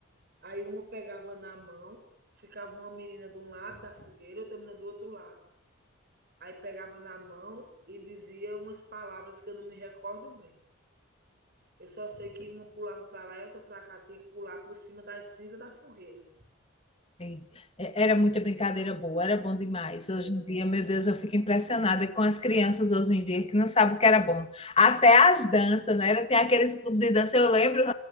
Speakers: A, on the right; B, on the left.
A: Aí uma pegava na mão, ficava uma menina de um lado da fogueira, outra menina do outro lado. Aí pegava na mão e dizia umas palavras que eu não me recordo bem. Eu só sei que uma pulava para lá e outra para cá, tinha que pular por cima das cinzas da fogueira.
B: E- é- Era muita brincadeira boa, era bom demais. Hoje
A: Era,
B: em dia, meu Deus, eu fico impressionada com as crianças hoje em dia que não sabem o que era bom. Até as danças, né? Era- Tem aqueles clubes de dança, eu lembro